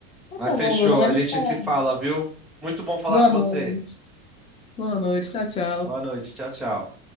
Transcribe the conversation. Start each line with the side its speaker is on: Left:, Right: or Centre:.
Centre: Mas
Left: tá
Centre: fechou,
Left: bom, Bruno, mas
Centre: a
Left: a gente
Centre: gente
Left: se fala.
Centre: se
Left: amanhã.
Centre: fala, viu? Muito bom falar
Left: Boa
Centre: com você.
Left: noite. Boa noite, tchau, tchau.
Centre: Boa noite, tchau, tchau.